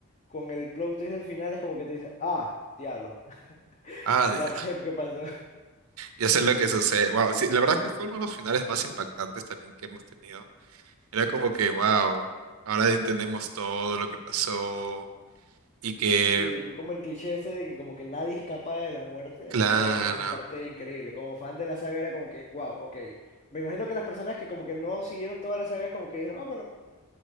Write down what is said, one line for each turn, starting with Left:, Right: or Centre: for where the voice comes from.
Left: con el plot twist del final es como que tú dices, ah, diablo, <laughs>
Right: Ah,
Left: ya
Right: ya.
Left: sé qué pasó,
Right: Ya sé lo que sucede. Wow, sí, la verdad que fue uno de los finales más impactantes también que hemos tenido. Era como que, wow, ahora entendemos todo lo que pasó y que,
Left: Sí, fue como el cliché ese de que como que nadie escapa de la muerte,
Right: claro,
Left: fue esa parte increíble. Como fan de la saga era como que, wow, ok. Me imagino que las personas que como que no siguieron toda la saga es como que dijeron, ah, bueno,